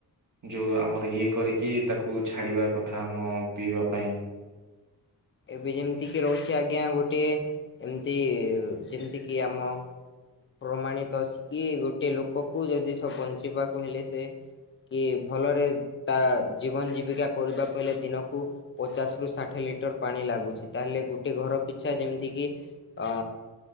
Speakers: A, on the right; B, on the left.
A: ଯୋଉ ଆମର ଇଏ କରିକି ତାକୁ ଛାଡିବା କଥା ଆମ ପିଇବା ପାଇଁ।
B: ଏବେ ଯେମିତି କିି ରହୁଛି ଆଜ୍ଞା ଗୋଟଏ ଏମିତି ଯେମିତି କିି ଆମ ପ୍ରମାଣିତ ଅଛି କି ଗୋଟେ ଲୋକକୁ ଯଦି ସ ବଞ୍ଚିବାକୁ ହେଲେ ସେ କି ଭଲରେ ତା ଜୀବନ ଜୀବିକା କରିବାକୁ ହେଲେ ଦିନକୁ ପଚାଶ ରୁ ଷାଠିଏ ଲିଟର ଲିଟର ପାଣି ଲାଗୁଛି, ତାହେଲେ ଗୋଟେ ଘର ପିଛା ଯେମିତିକି ଆ